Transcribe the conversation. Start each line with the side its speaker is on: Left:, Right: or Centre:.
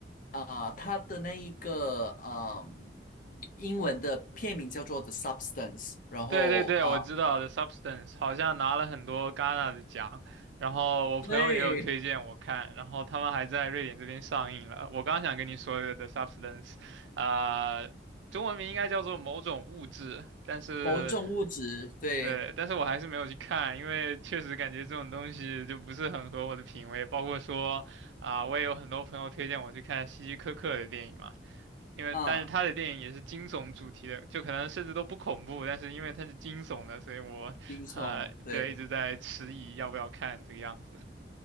Left: 啊、它的那一个嗯，英文的片名叫做《The Substance》，然后啊、
Right: 对对对，我知道的 Substance 好像拿了很多戛纳的奖，然后我朋友也有推荐我看，
Left: 对，
Right: 然后他们还在瑞典这边上映了。我刚想跟你说的 The Substance，呃，中文名应该叫做某种物质，但是
Left: 某种物质，对，
Right: 对，但是我还是没有去看，因为确实感觉这种东西就不是很合我的品味，包括说啊、我也有很多朋友推荐我去看希希柯克的电影嘛。因为但是他的电影也是惊悚主题的，
Left: 啊、
Right: 就可能甚至都不恐怖，但是因为它是惊悚的，所以我呃对一直在迟疑要不要看这个样子。
Left: 冰送，对。